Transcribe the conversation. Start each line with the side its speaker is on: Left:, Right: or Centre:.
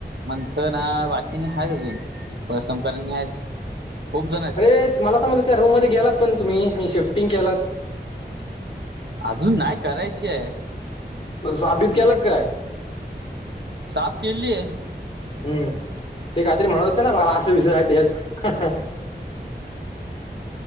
Right: म्हणत ना बाकीनी आहेत अजून परसमकरांनी आहेत. खूप जणा
Left: ते मला समजल त्या रूममध्ये गेलात पण तुम्ही नी शिफ्टिंग केलात.
Right: अजून नाही करायचीय.
Left: साफ बीफ केला की काय?
Right: साफ केली आहे.
Left: हम्म. ते काहीतरी म्हणत होते ना? मला असे विषय आहेत यात.